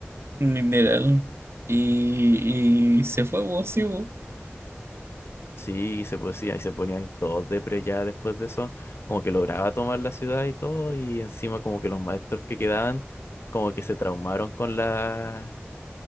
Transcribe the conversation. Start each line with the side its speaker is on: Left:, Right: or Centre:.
Right: literal. Y, y se fue vos, sí, vos.
Left: Sí, y se ponían, y se ponían todos depre ya después de eso, como que lograba tomar la ciudad y todo, y encima como que los maestros que quedaban, como que se traumaron con la,